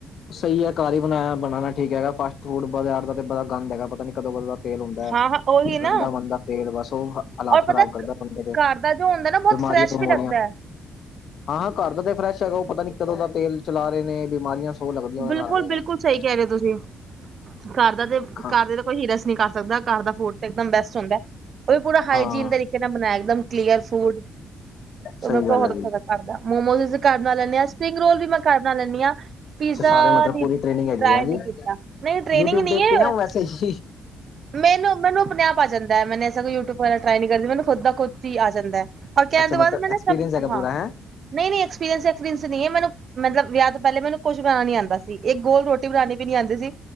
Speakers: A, on the left; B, on the right.
A: ਸਹੀ ਹੈ ਕਾਰਰ ਹੀ ਬਣਾਇਆ ਬਣਾਣਾ ਠੀਕ ਹੈ ਫਾਸਟੂਡ ਬਾਜ਼ਾਰ ਦਾ ਤੇ ਬੜਾ ਗੰਦ ਹੈਗਾ ਪਤਾ ਨੀ ਕਦੋਂ ਕਦੋਂ ਦਾ ਤੇਲ ਹੁੰਦਾ
B: ਹਾਂ-ਹਾਂ ਉਹੀ ਨਾ
A: ਗੰਦਾ ਬੰਦਾ ਤੇਲ ਬਸ ਉਹ ਹਾਲਾਤ
B: ਔਰ
A: ਖ਼ਰਾਬ
B: ਪਤਾ
A: ਕਰਦਾ ਬੰਦੇ ਦੇ
B: ਘਰ ਦਾ ਜੋ ਹੁੰਦਾ ਨਾ ਬਹੁਤ
A: ਬਿਮਾਰੀਆਂ
B: ਫਰੈਸ਼
A: ਬਮੂਰੀਆਂ
B: ਵੀ ਲੱਗਦਾ ਹੈ
A: ਹਾਂ ਹਾਂ ਘਰ ਦਾ ਤੇ ਫਰੈਸ਼ ਹੈਗਾ ਉਹ ਪਤਾ ਨੀ ਕਦੋਂ ਦਾ ਤੇਲ ਚਲਾ ਰਹੇ ਨੇ ਬਿਮਾਰੀਆਂ ਸੌ ਲੱਗਦੀਆਂ ਉਹਦੇ
B: ਬਿਲਕੁਲ
A: ਨਾਲ
B: ਬਿਲਕੁਲ ਸਹੀ ਕਹਿ ਰਹੇ ਹੋ ਤੁਸੀਂ ਘਰ ਦਾ ਤੇ ਘਰ
A: ਖਾ
B: ਦਾ ਤਾਂ ਕੋਈ ਹੀਰਾਸ ਨਹੀਂ ਕਰ ਸਕਦਾ ਘਰ ਦਾ ਫੋਰ ਤਾਂ ਇੱਕਦਮ ਬੈਸਟ ਹੁੰਦਾ ਹੈ ਉਹ ਵੀ ਪੂਰਾ ਹਾਈਜੀਨ
A: ਹਾਂ
B: ਤਰੀਕੇ ਨਾਲ ਬਣਾਇਆ ਇਕ ਦਮ ਕਲੀਅਰ ਫੂਡ
A: ਸਹੀ
B: ਮੇਰੇ ਕੋਲ
A: ਗੱਲ
B: ਬਹੁਤ
A: ਐ
B: ਅੱਛਾ
A: ਜੀ।
B: ਕਰਦਾ ਮੋਮੋਸ ਅਸੀਂ ਘਰ ਬਣਾ ਲੈਂਦੇ ਆ, ਸਪਰਿੰਗ ਰੋਲ ਵੀ ਮੈਂ ਘਰ ਬਣਾ ਲੈਂਦੀ ਆ। ਪੀਜ਼ਾ
A: ਅੱਛਾ ਸਾਰੇ ਮਤਲਬ ਪੂਰੀ ਟ੍ਰੇਨਿੰਗ ਹੈਗੀ
B: ਟਰਾਈ
A: ਹੈ
B: ਨੀ
A: ਜੀ
B: ਕੀਤਾ, ਨਹੀਂ ਟ੍ਰੇਨਿੰਗ
A: ਯੂਟਿਊਬ
B: ਨਹੀਂ
A: ਦੇਖ
B: ਐ।
A: ਕੇ ਆ ਵੈਸੇ ਹੀ
B: ਮੈਨੂੰ ਮੈਨੂੰ ਆਪਣੇ ਆਪ ਆ ਜਾਂਦਾ, ਮੈਂ ਐਸਾ ਕੋਈ ਯੂਟੂਬ ਟਰਾਈ ਨਹੀਂ ਕਰਦੀ, ਮੈਨੂੰ ਖੁਦ ਦਾ ਖੁਦ ਹੀ ਆ ਜਾਂਦਾ। ਬਾਕੀ ਐਤਵਾਰ
A: ਅੱਛਾ ਮਤਲਬ
B: ਮੈਂ
A: ਐਕਸਪੀਰੀਅੰਸ
B: ਸਭ,
A: ਹੈਗਾ ਪੂਰਾ
B: ਹਾਂ।
A: ਹੈ
B: ਨਹੀਂ ਐਕਪੀਰੀਅਸ ਐਕਸਪੀਰੀਅਸ ਨਹੀਂ ਹੈ ਮੈਨ ਮਲਬ ਵਿਆਹ ਪਹਿਲੇ ਮੈਨੂੰ ਕੁੱਛ ਬਣਾ ਨੀ ਆਉਂਦਾ ਸੀ ਇੱਕ ਗੋਲ ਰੋਟੀ ਬਣਾਉਣੀ ਵੀ ਨੀ ਆਉਂਦੀ ਸੀ